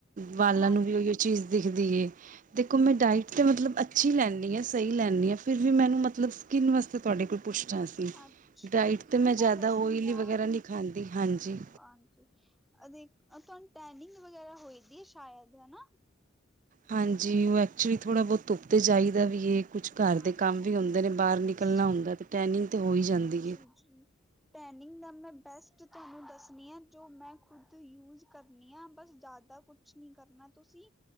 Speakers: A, on the right; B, in the centre.
A: ਵਾਲਾਂ
B: ਹਾਂਜੀ
A: ਨੂੰ ਵੀ ਉਹੀਓ ਚੀਜ਼ ਦਿਖਦੀ ਏ ਦੇਖੋ ਮੈਂ ਡਾਇਟ ਤਾਂ ਮਤਲਬ ਅੱਛੀ ਲੈਂਦੀ ਹਾਂ। ਸਹੀ ਲੈਂਦੀ ਹ ਫਿਰ ਵੀ ਮੈਨੂੰ ਮਤਲਬ ਸਕਿੰਨ ਵਾਸਤੇ ਤੁਹਾਡੇ ਕੋਲੌ ਪੁੱਛਣਾ ਸੀ।
B: ਅੱਛਾ
A: ਡਾਇਟ ਤਾਂ
B: ਨੀ
A: ਜ਼ਿਆਦਾ
B: ਮੈਂ ਦੱਸਣੀ
A: ਓਇਲੀ
B: ਹ
A: ਵਗੈਰਾ ਨਹੀਂ ਖਾਂਦੀ ਹਾਂਜੀ
B: ਹਾਂਜੀ। ਆ ਦੇਖ ਤੁਹਾਨੂੰ ਟੈਨਿੰਗ ਵਗੈਰਾ ਹੋਈ ਦੀ ਹੈ ਸ਼ਾਇਦ ਹੈ ਨਾ?
A: ਹਾਂਜੀ, ਉਹ ਐਕਚੁਲੀ ਥੋੜ੍ਹਾ ਬਹੁਤ। ਧੁੱਪ ਤੇ ਜਾਹੀਦਾ ਵੀ ਹੈ ਕੁਛ
B: ਹਾਂਜੀ।
A: ਘਰ ਦੇ ਕੰਮ ਵੀ ਹੁੰਦੇ ਨੇ ਬਾਹਰ ਨਿਕਲਣਾ
B: ਜੀ
A: ਹੁੰਦਾ ਏ ਟੈਨਿੰਗ ਤਾਂ ਹੋ ਹੀ ਜਾਂਦੀ ਹੈ।
B: ਜੀ ਜੀ। ਟੈਨਿੰਗ ਦਾ ਮੈਂ ਬੈਸਟ ਤੁਹਾਨੂੰ ਦੱਸਦੀ ਹਾਂ ਜੋ ਮੈਂ ਖੁਦ ਯੂਜ ਕਰਨੀ ਹਾਂ ਬਸ ਜ਼ਿਆਦਾ। ਕੁਛ ਨੀ ਕਰਨਾ ਤੁਸੀਂ